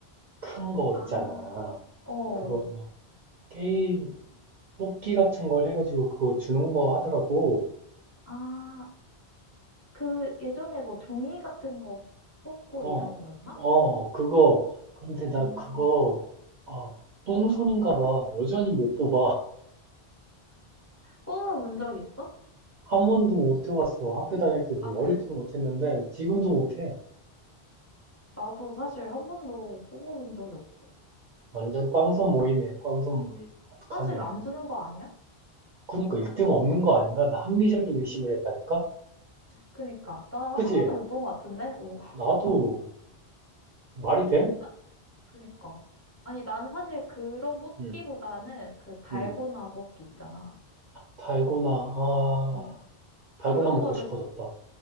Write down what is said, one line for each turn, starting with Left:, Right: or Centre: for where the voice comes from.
Right: 큰 거
Left: 아,
Right: 있잖아.
Left: 어.
Right: 그거 막 게임 뽑기 같은 걸 해가지고 그거 주는 거 하더라고.
Left: 아, 그 예전에 뭐 종이 같은 거 뽑고
Right: 어,
Left: 이런 거였나?
Right: 어, 그거. 근데 나
Left: 음.
Right: 그거, 아, 똥손인가 봐. 여전히 못 뽑아.
Left: 뽑아본 적 있어?
Right: 한 번도 못 해봤어. 학교 다닐 때도
Left: 아,
Right: 어릴
Left: 그래.
Right: 때도 못했는데 지금도 못해.
Left: 나도 사실 한 번도 뽑아본 적이 없어.
Right: 완전 꽝손 모임이네, 꽝손 모임. 어떡하니
Left: 사실
Right: 우리.
Left: 안 주는 거 아니야?
Right: 그러니까 1등 없는 거 아닌가? 나 합리적인 의심을 했다니까?
Left: 그니까. 나
Right: 그지?
Left: 한 번도 못 본 것 같은데? 오.
Right: 나도 말이 돼?
Left: 나- 그니까. 아니, 나는 사실 그런 뽑기보다는
Right: 응,
Left: 그 달고나
Right: 응.
Left: 뽑기 있잖아.
Right: 달고나, 아,
Left: 어.
Right: 달고나
Left: 그런
Right: 먹고
Left: 거를
Right: 싶어졌다.